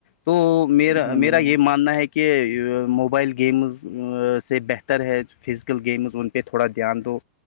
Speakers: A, on the left; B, on the right.
A: تو میرا
B: ہاں بھائی
A: میرا یہ
B: جان
A: ماننا ہے کہ کہ موبائل گیمز سے بہتر ہے فزیکل گیمز ان پہ تھوڑا دھیان دو